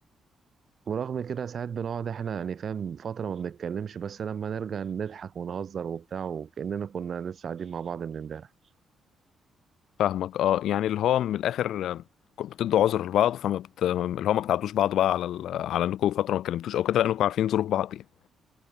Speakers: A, on the right; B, on the left.
A: ورغم كده ساعات بنقعد إحنا يعني فاهم فترة ما بنتكلمش بس لما نرجع نضحك ونهزر وبتاع وكأننا كنا لسه قاعدين مع بعض من إمبارح
B: فاهمك اه يعني اللي هو من الاخر آه، بتدوا عذر لبعض فما بت... اللي هو ما بتعدوش بعض بقى على ال... على انكم فترة ما اتكلمتوش او كده لانكم عارفين ظروف بعض يعني